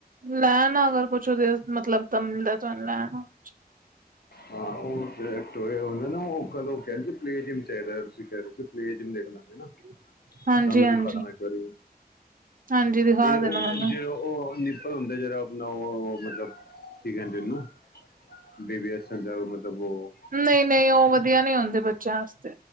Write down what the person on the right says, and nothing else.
ਲੈ ਆਨਾ ਅਗਰ ਕੁਛ ਉਦੇ ਮਤਲਬ ਦਾ ਮਿਲਦਾ ਤੁਹਾਨੂੰ ਲੈ ਆਨਾ ਕੁਛ।
<inaudible> ਹਾਂਜੀ
ਹਾਂਜੀ
ਹਾਂਜੀ ਦਿਖਾ
ਦੇਣਾ
ਮੈਨੂੰ
ਨਈ-ਨਈ ਓ ਵਧੀਆ ਨੀ ਹੁੰਦੇ ਬੱਚਿਆਂ ਵਾਸਤੇ,